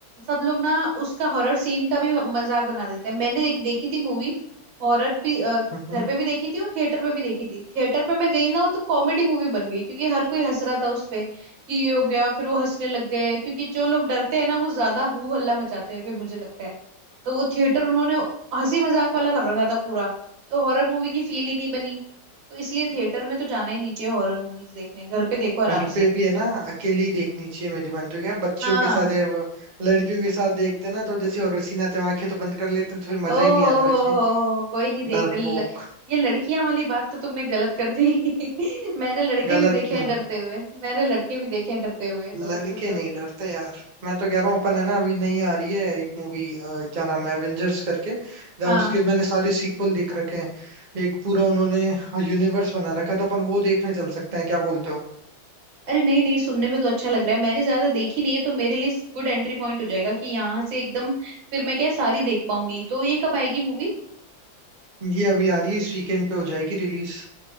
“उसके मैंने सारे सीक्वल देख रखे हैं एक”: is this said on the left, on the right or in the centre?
Right